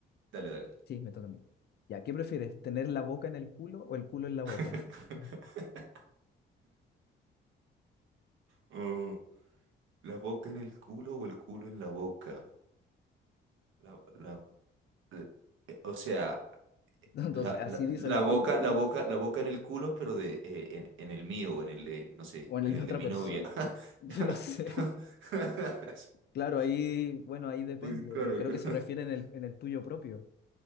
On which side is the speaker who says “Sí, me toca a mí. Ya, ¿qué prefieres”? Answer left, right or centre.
Left